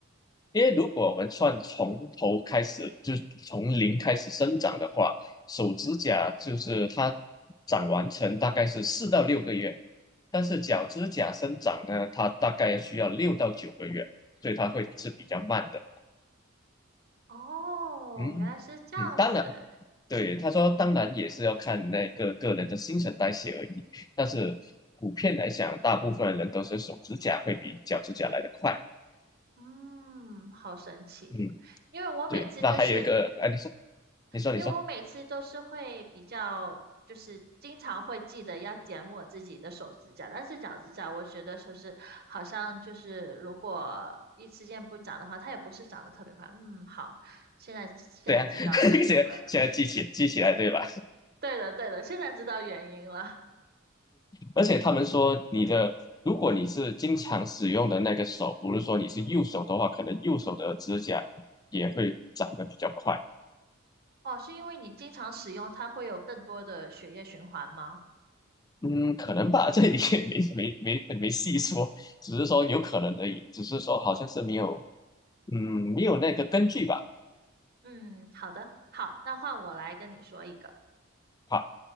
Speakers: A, on the left (about 20°); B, on the right (about 50°).
A: 因为如果我们算从头开始，就是从零开始生长的话，手指甲就是它长完成大概是四到六个月，但是脚趾甲生长呢，它大概需要六到九个月，所以它会是比较慢的。
B: 哦，
A: 嗯嗯，
B: 原来是这样子，
A: 当然，对，他说当然也是要看那个个人的新陈代谢而已，但是普遍来讲，大部分人都是手指甲会比脚趾甲来得快。
B: 嗯，好神奇。
A: 嗯，
B: 因为我每次就是
A: 对，那还有一个，哎，你说，你说，
B: 因为我每次都是会比较，
A: 你说。
B: 就是经常会记得要剪我自己的手指甲，但是脚指甲我觉得就是好像就是如果一时间不长的话，它也不是长得特别快。嗯，好，现在现在知道原因了。
A: 对啊，<laughs> 现在现在记起记起来对吧？
B: 对的，对的，现在知道原因了。
A: 而且他们说你的，如果你是经常使用的那个手，不是说你是右手的话，可能右手的指甲也会长得比较快。
B: 哦，是因为你经常使用，它会有更多的血液循环吗？
A: 嗯，可能吧，这里也没没没没细说，只是说有可能而已，只是说好像是没有，嗯，没有那个根据吧。
B: 嗯，好的，好，那换我来跟你说一个。
A: 好，